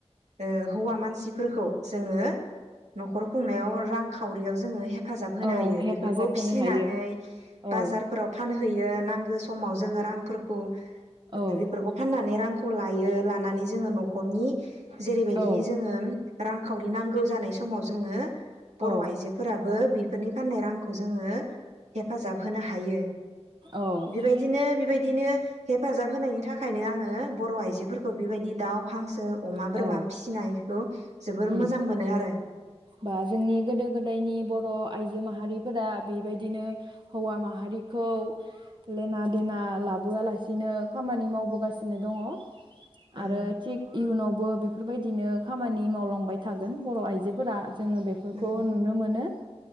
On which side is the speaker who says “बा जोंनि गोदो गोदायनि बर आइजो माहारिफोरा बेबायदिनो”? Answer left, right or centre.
Right